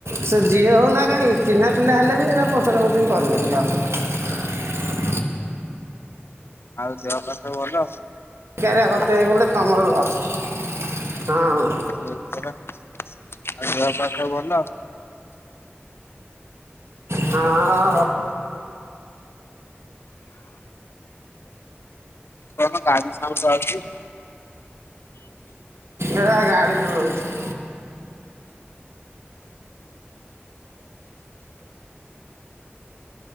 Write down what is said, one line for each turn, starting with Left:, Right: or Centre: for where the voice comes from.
Right: ସେ ଯିଏ ହେଉନା କାହିଁକି ଚିହ୍ନା ପିଲା ହେଲେ ବି ଆର ପଚରା ପୁଚୁରି କରିବନି କାହାକୁ।
Left: ଆଉ ଦେହ ପା ସବୁ ଭଲ?
Right: ବେକାରୀଆ କଥା ହେଇଗଲେ ତମର ଲସ୍ ହଁ।
Left: ସେଇ ପରା ଆଉ ଦେହ ପା ସବୁ ଭଲ?
Right: ହଁ ଭ
Left: କଣ ଗାଡ଼ି ସାଉଣ୍ଡ ଆଉଚି?
Right: ଏରା ଗାଡି ଚଲଉଛି।